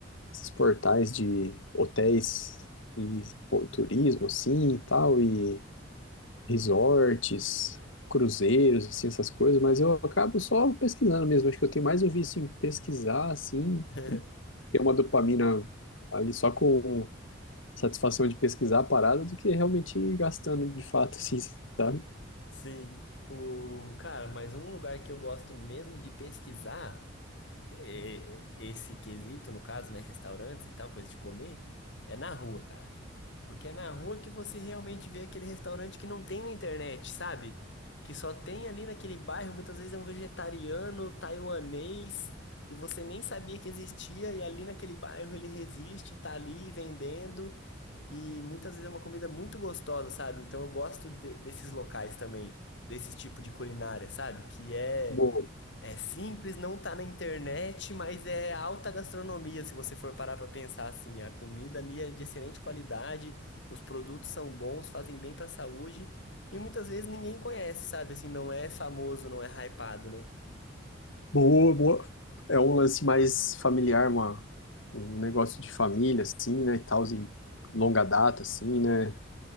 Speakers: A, on the left (about 80°); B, on the left (about 65°).
A: esses portais de hotéis e pô, turismo, assim, e tal, e resorts, cruzeiros, assim, essas coisas, mas eu acabo só pesquisando mesmo. Acho que eu tenho mais o vício em pesquisar, assim,
B: <laughs>
A: e ter uma dopamina ali só com a satisfação de pesquisar a parada do que realmente gastando de fato, <laughs> assim, sabe?
B: Sim. O, cara, mas um lugar que eu gosto mesmo de pesquisar. é, é, esse quesito, no caso, né, restaurantes e tal, coisa de comer, é na rua, cara. Porque é na rua que você realmente vê aquele restaurante que não tem na internet, sabe? Que só tem ali naquele bairro, muitas vezes é um vegetariano, taiwanês, e você nem sabia que existia, e ali naquele bairro ele resiste, tá ali vendendo, e muitas vezes é uma comida muito gostosa, sabe? Então eu gosto de- desses locais também, desse tipo de culinária, sabe? Que é
A: Boa,
B: é simples, não tá na internet, mas é alta gastronomia, se você for parar para pensar assim. A comida ali é de excelente qualidade, os produtos são bons, fazem bem para a saúde, e muitas vezes ninguém conhece, sabe? Assim, não é famoso, não é hypado, né?
A: boa, boa. É um lance mais familiar, uma, um negócio de família, assim, né, e tal, e longa data, assim, né?